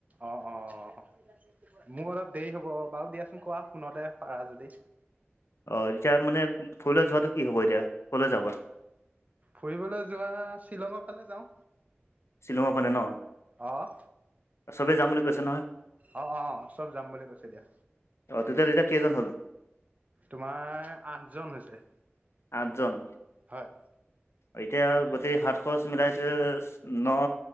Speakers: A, on the right; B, on the left.
A: অ অ মোৰ অলপ দেৰি হ'ব, বাৰু দিয়াচোন কোৱা ফোনতে পাৰা যদি
B: অ এতিয়া মানে ফুৰিবলৈ যোৱাটো কি হ'ব এতিয়া কলৈ যাবা?
A: ফুৰিবলৈ যোৱা শ্বিলঙৰ ফালে যাওঁ।
B: শ্বিলঙত মানে ন?
A: অ'
B: চবে যাম বুলি কৈছে নহয়?
A: অঁ অঁ চব যাম বুলি কৈছে দিয়া।
B: অ তেতিয়া তেতিয়া কেইজন হ'ল?
A: তোমাৰ আঠজন হৈছে।
B: আঠজন?
A: হয়।
B: এতিয়া গোটেই হাত খৰচ মিলাই টো ন